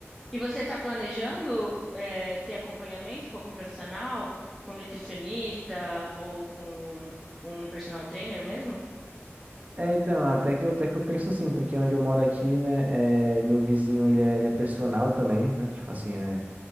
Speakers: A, in the centre; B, on the right (about 30°).
A: E você está planejando eh, ter acompanhamento com algum profissional, com nutricionista ou com um personal trainer mesmo?
B: É, então, até que eu, até que eu penso sim, porque onde eu moro aqui, né, é, meu vizinho, ele é, ele é personal também, né, tipo assim, é,